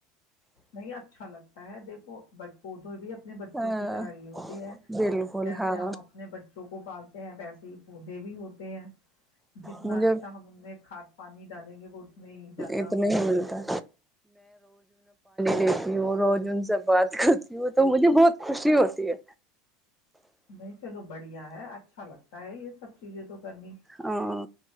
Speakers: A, on the left; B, in the centre.
A: نہیں اچھا لگتا ہے دیکھو بٹ ا تو بھی <unintelligible> اپنے بچوں
B: ہاں
A: کی طرح یہ ہوتے ہیں
B: بالکل
A: جیسے
B: ہاں
A: ہم اپنے بچوں کو پالتے ہیں ویسے ہی پودے بھی ہوتے ہیں جتنا
B: مجھے
A: اچھا
B: ہ
A: ہم ان میں کھاد پانی ڈالیں گے وہ اتنے ہی زیادہ
B: اتنا
A: وہ
B: ہی
A: ہوں
B: ملتا
A: گے
B: دیکتی ہوں روج ان سے بات کرتی ہوں تو مجھے بہت خوشی ہوتی ہے
A: نہیں چلو بڑھیا ہے اچھا لگتا ہے یہ سب چیزیں تو کرنی
B: ہاں